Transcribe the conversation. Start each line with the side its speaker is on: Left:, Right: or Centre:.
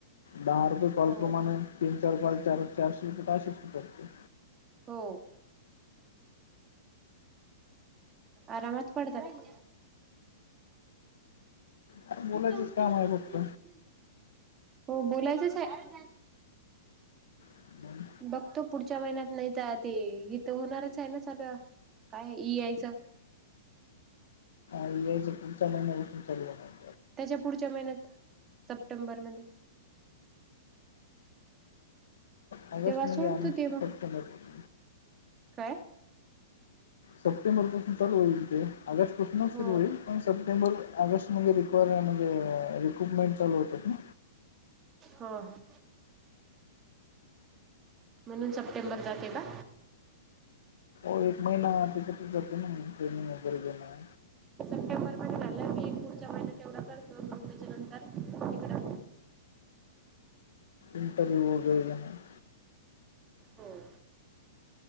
Left: दहा रुपये कॉल
Right: हो
Left: प्रमाण तीन चार कॉल चार चारशे रुपये त अशेच होतात ते
Right: हो. आरामात पडतात.
Left: काय बोलायचंच
Right: इथं होती
Left: काम
Right: ना
Left: आहे
Right: <unintelligible> उचलली,
Left: फक्त
Right: हो बोलायचच हाय.
Left: मग
Right: बघतो पुढच्या महिन्यात नाय त ते इथं होणारच हाय ना चालू, काय ई आय चं
Left: ई आय चं पुढच्या महिन्यापासून चालू होणार
Right: त्याच्या पुढच्या महिन्यात सप्टेंबर मध्ये
Left: ऑगस्ट
Right: तेव्हा
Left: म्हणजे
Right: सोडतो
Left: आम्ही
Right: ते म,
Left: सप्टेंबरपासून
Right: काय?
Left: सप्टेंबर पासून चालू होईल ते, ऑगस्ट पासूनच
Right: हो
Left: सुरू होईल, पण सप्टेंबर ऑगस्ट मध्ये रिक्वायरमेन्ट म्हणजे रिक्रुटमेंट चालू होतात ना.
Right: हो हो. म्हणून सप्टेंबर जाते का?
Left: हो एक महिना तेच्यातच जाते ना, ट्रेनिंग वगैरे घेणं
Right: सप्टेंबर मध्ये झालं की, पुढचा महिना तेवढा करतो. मग त्याच्यानंतर तिकडं
Left: इंटरव्ह्यू वगैरे घेणं.
Right: हो